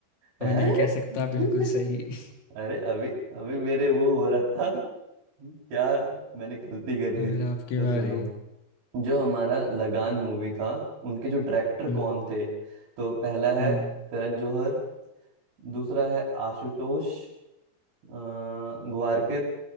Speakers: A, on the left (about 80°); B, on the right (about 65°).
A: तो
B: हैं?
A: मैं नहीं कह सकता
B: <laughs>
A: बिल्कुल सही <laughs>
B: अरे अभी अभी मेरे वो हो रहा था क्या मैंने गलती कर
A: तो
B: दी
A: फिर
B: तो
A: आपके बारे
B: सुनो जो हमारा लगान मूवी था उनके जो डायरेक्टर
A: हम्म
B: कौन थे तो पहला है
A: हम्म
B: करण जौहर दूसरा है आशुतोष अ, ग्वारकर